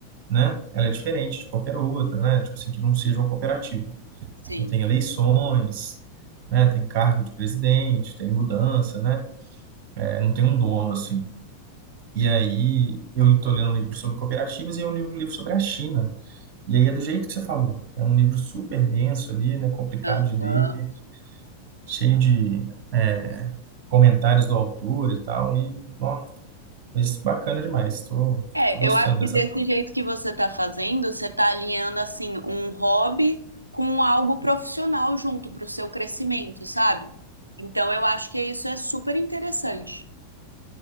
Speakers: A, on the right; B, on the right.
A: né? Ela é diferente de qualquer outra, né? Tipo assim, que não seja uma cooperativa.
B: sim.
A: Então tem eleições, né? Tem cargo de presidente, tem mudança, né? É, não tem um dono, assim. E aí eu estou lendo um livro sobre cooperativas e eu li um livro sobre a China. E aí é do jeito que você falou. É um livro super denso ali, né? Complicado
B: Aham.
A: de ler, cheio de é, comentários do autor e tal. E, ó, mas bacana demais. Estou
B: É,
A: Tô, tô gostando
B: eu acho que
A: dessa
B: desse
A: forma.
B: jeito que você tá fazendo, você tá alinhando assim um hobby com algo profissional junto pro seu crescimento, sabe? Então eu acho que isso é super interessante.